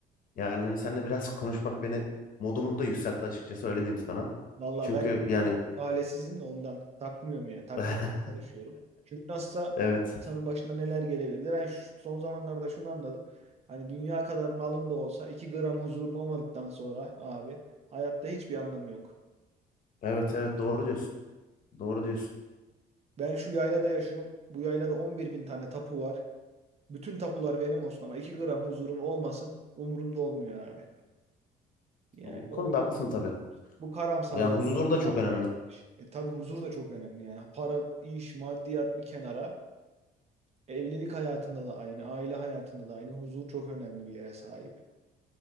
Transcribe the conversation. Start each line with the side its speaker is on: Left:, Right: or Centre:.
Left: Yani hani seninle biraz konuşmak beni modumu da yükseltti açıkçası öyle diyeyim sana.
Right: Valla
Left: Çünkü
Right: ben
Left: yani
Right: Ailesizim de ondan. Takmıyorum yani. Takmamaya
Left: <laughs>
Right: çalışıyorum. Çünkü nasılsa
Left: evet
Right: insanın başına neler gelebilir. Bir de ben şu- son zamanlarda şunu anladım. Hani dünya kadar malın da olsa 2 gram huzurun olmadıktan sonra abi hayatta hiçbir anlamı yok.
Left: evet evet doğru diyorsun. Doğru diyorsun.
Right: Ben şu yaylada yaşıyorum. Bu yaylada on bir bin tane tapu var. Bütün tapular benim olsun ama 2 gram huzurum olmasın umurumda olmuyor abi. Yani
Left: O konuda
Right: o,
Left: haklısın tabii.
Right: bu karamsarlığa
Left: Yani huzur
Right: kapılmak
Left: da çok önemli.
Right: da yanlış. E tabii huzur da çok önemli yani. Para, iş, maddiyat bir kenara. Evlilik hayatında da aynı, aile hayatında da aynı. Huzur çok önemli bir yere sahip.